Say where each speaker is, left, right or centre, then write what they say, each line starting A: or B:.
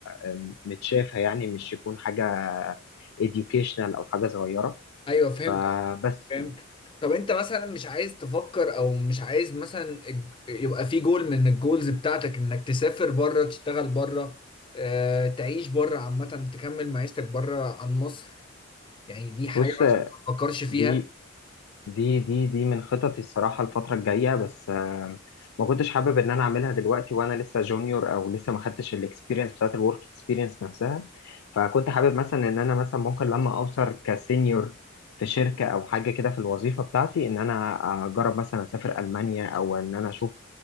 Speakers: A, on the left; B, on the left.
A: آه، متشافه يعني مش يكون حاجه educational او حاجه صغيره
B: ايوه فهمت
A: فبس
B: فهمت
A: يعني
B: طب انت مثلا مش عايز تفكر او مش عايز مثلا الج- يبقى في جول من الجولز بتاعتك انك تسافر بره تشتغل بره اه تعيش بره عامة تكمل معيشتك بره عن مصر يعني دي حاجة
A: بص
B: مثلا ما تفكرش فيها
A: دي دي دي دي من خططي الصراحة الفترة الجاية بس آه، ما كنتش حابب ان انا اعملها دلوقتي وانا لسه جونيور او لسه ما خدتش الاكسبيرينس بتاعت الورك اكسبيرينس نفسها فكنت حابب مثلا ان انا مثلا ممكن لما اوصل كسينيور في شركة او حاجة كده في الوظيفة بتاعتي ان انا اجرب مثلا اسافر المانيا او ان انا اشوف